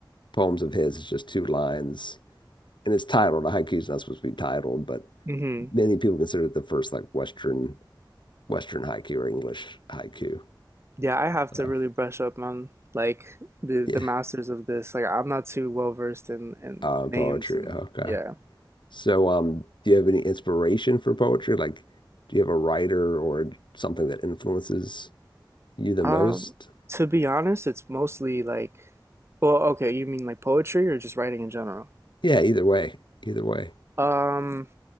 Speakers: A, on the left; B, on the right.
A: poems of his. It's just two lines, and it's titled. A haiku is not supposed to be titled, but
B: hmm
A: many people consider it the first like Western Western haiku or English haiku.
B: Yeah, I have
A: So
B: to really brush up on like the
A: yeah,
B: the masters of this. Like I'm not too well versed in in
A: um,
B: names
A: poetry.
B: and
A: Okay.
B: yeah.
A: So um, do you have any inspiration for poetry? Like, do you have a writer or something that influences you the
B: Um,
A: most?
B: to be honest, it's mostly like, well, okay, you mean like poetry or just writing in general?
A: Yeah, either way, either way.
B: Um,